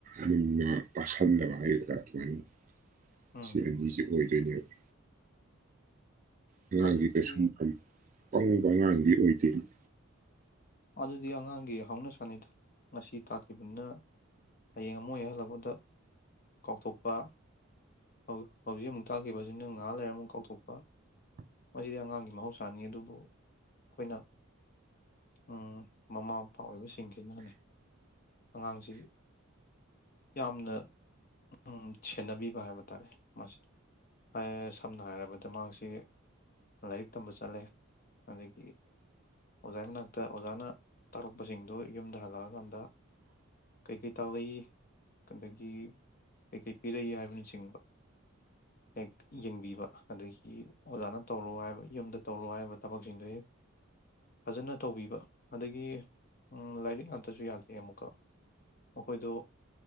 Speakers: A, on the right; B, on the left.
A: ꯃꯨꯟꯅ ꯄꯥꯁꯟꯗꯕ ꯍꯥꯏꯒꯗꯔꯥ ꯑꯗꯨꯃꯥꯏꯅ
B: ꯎꯝ
A: ꯁꯤ ꯑꯅꯤꯖꯦ ꯑꯣꯏꯗꯣꯏꯅꯦꯕ ꯑꯉꯥꯡꯖꯤ
B: ꯑꯗꯨꯗꯤ
A: ꯀꯩꯁꯨ ꯄꯪꯕ ꯑꯉꯥꯡꯗꯤ ꯑꯣꯏ <unintelligible>
B: ꯑꯗꯨꯗꯤ ꯑꯉꯥꯡꯒꯤ ꯍꯧꯅꯁꯥꯅꯤꯗ ꯉꯁꯤ ꯇꯥꯛꯈꯤꯕꯅꯤꯅ ꯍꯌꯦꯡ ꯑꯃꯨꯛ ꯍꯦꯛ ꯍꯜꯂꯛꯄꯗ ꯗ ꯀꯥꯎꯊꯣꯛꯄ ꯍꯧ ꯍꯧꯖꯤꯛ ꯑꯃꯨꯛ ꯇꯥꯛꯈꯤꯕꯖꯤꯅ ꯉꯍꯥꯛ ꯂꯩꯔ ꯑꯃꯨꯛ ꯀꯥꯎꯊꯣꯛꯄ ꯃꯁꯤꯗꯤ ꯑꯉꯥꯡꯒꯤ ꯃꯍꯧꯁꯥꯅꯤ ꯑꯗꯨꯕꯨ ꯑꯩꯈꯣꯏꯅ ꯑꯥ ꯃꯃꯥ ꯃꯄꯥ ꯑꯣꯏꯕꯁꯤꯡꯁꯤꯅꯅꯦ ꯑꯉꯥꯡꯁꯤ ꯌꯥꯝꯅ ꯑꯝ ꯁꯦꯟꯅꯕꯤꯕ ꯍꯥꯏꯕ ꯇꯥꯔꯦ ꯃꯥꯁꯤ <unintelligible> ꯁꯝꯅ ꯍꯥꯏꯔꯕꯗ ꯃꯍꯥꯛꯁꯤ ꯂꯥꯏꯔꯤꯛ ꯇꯝꯕ ꯆꯠꯂꯦ ꯑꯗꯒꯤ ꯑꯣꯖꯥꯏ ꯃꯅꯥꯛꯇ ꯑꯣꯖꯥꯅ ꯇꯥꯛꯂꯛꯄꯁꯤꯡꯗꯨ ꯌꯨꯝꯗ ꯍꯜꯂꯑꯀꯥꯟꯗ ꯀꯩꯀꯩ ꯇꯥꯛꯂꯛꯏ ꯑꯗꯒꯤ ꯀꯩꯀꯩ ꯄꯤꯔꯛꯏ ꯍꯥꯏꯕꯅꯆꯤꯡꯕ ꯍꯦꯛ ꯌꯦꯡꯕꯤꯕ ꯑꯗꯒꯤ ꯑꯣꯖꯥꯅ ꯇꯧꯔꯣ ꯍꯥꯏꯕ ꯌꯨꯝꯗ ꯇꯧꯔꯣ ꯍꯥꯏꯕ ꯊꯕꯛꯁꯤꯡꯗꯣ ꯍꯦꯛ ꯐꯖꯅ ꯇꯧꯕꯤꯕ ꯑꯗꯒꯤ ꯎꯝ ꯂꯥꯏꯔꯤꯛ ꯉꯥꯇꯖꯨ ꯌꯥꯗꯦ ꯑꯃꯨꯛꯀ ꯃꯈꯣꯏꯗꯣ